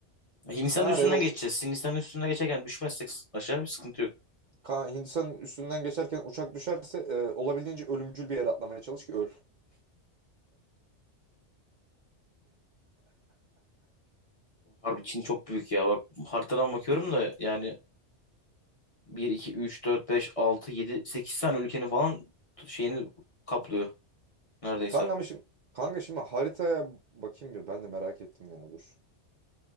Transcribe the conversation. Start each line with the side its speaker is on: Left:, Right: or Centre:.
Left: Hindistan'ın
Right: ben
Left: üstünden
Right: her yere o
Left: geçeceğiz. Hindistan'ın üstünden geçerken düşmezsek aşağı bir sıkıntı yok.
Right: Kanka Hindistan'ın üstünden geçerken uçak düşerse e, olabildiğince ölümcül bir yere atlamaya çalış ki öl.
Left: Harbi Çin çok büyük ya. Bak haritadan bakıyorum da yani bir 2 3 4 5 6 7 8 tane ülkenin falan tu- şeyini kaplıyor neredeyse.
Right: Kanka ama şimdi kanka şimdi haritaya bakayım bir ben de merak ettim ya dur.